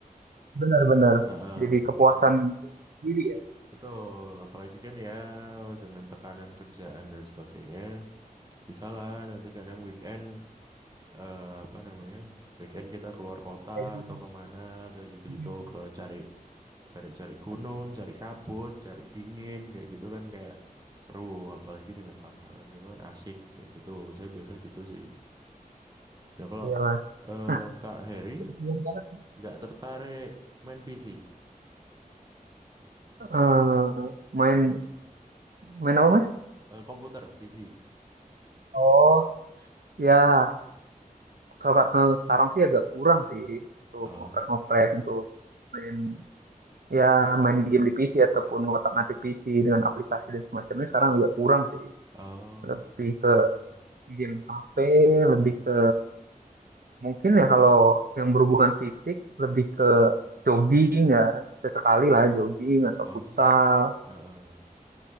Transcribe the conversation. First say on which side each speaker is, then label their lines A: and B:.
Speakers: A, on the right; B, on the right.
A: benar-benar.
B: Heeh.
A: Jadi kepuasan diri ya.
B: Betul, apalagi kan ya dengan tekanan kerjaan dan sebagainya, bisalah nanti kadang weekend eh, apa namanya weekend kita keluar kota
A: Kayak gini.
B: atau kemana kayak gitu-gitu
A: Hmm,
B: ke cari cari-cari gunung, cari kabut, cari dingin kayak gitu kan kayak seru apalagi dengan pasangan gitu kan asik kayak gitu. Saya biasa gitu sih. Nah, kalau
A: Iya Mas.
B: eh,
A: Nah,
B: Kak Heri
A: kebetulan banget,
B: nggak tertarik main PC,
A: eh, main main apa Mas?
B: Eh, komputer, PC.
A: Oh, ya. Suka- eh, sekarang sih agak kurang sih untuk
B: Oh,
A: ngoprek-ngoprek untuk main ya main game di PC ataupun ngotak-ngatik PC dengan aplikasi dan semacamnya sekarang agak kurang sih
B: oh,
A: lebih ke
B: oke, oke.
A: game HP lebih
B: Heeh.
A: ke mungkin ya kalau yang berhubungan fisik lebih ke jogging ya sesekali lah jogging atau
B: Oh,
A: futsal
B: heeh,